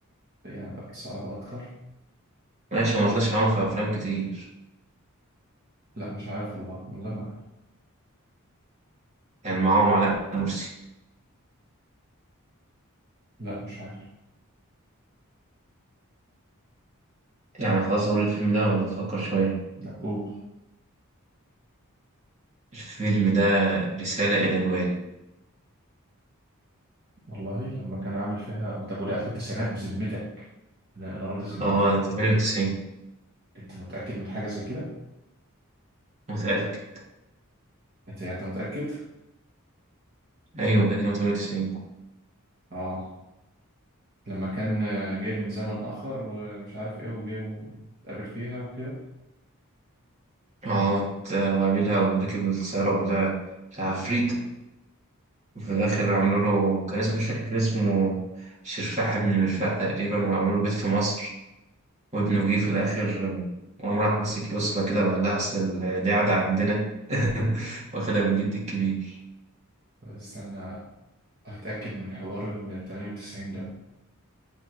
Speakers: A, on the right; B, on the right.
A: يعني بقت صعبة أكتر
B: ماشي ما طلعش معاهم في أفلام كتير
A: لا مش عارف والله والله ما عارف
B: كان معاهم علاء مرسي
A: لا مش عارف
B: يعني خلاص أقول الفيلم ده ولا أفكر شوية
A: لا قول
B: الفيلم ده رسالة إلى الوالي
A: والله لما كان عامل فيها أو طب وده آخر التسعينات بذمتك أنا أنا راضي ذمتك
B: آه 98
A: أنت متأكد من حاجة زي كده؟
B: متأكد
A: أنت أنت متأكد؟
B: أيوة متأكد إن هو 98
A: آه لما كان آه، جاي من زمن آخر ومش عارف إيه وجاي واتقابل فيها وكده
B: آه ت- وقابلها وركب السيارة ولا العفريت في
A: أيوه
B: الآخر عملوا له كان اسمه مش فاكر كان اسمه شرفاح ابن مرفاح تقريبا وعملوا له بيت
A: أمم.
B: في مصر وابنه جه في الآخر وقام راح ماسك يسرى كده وقال لها أصل ال- دي عادة عندنا <laughs> واخدها من جدي الكبير
A: <laughs> استنى أتأكد من حوار ال 98 ده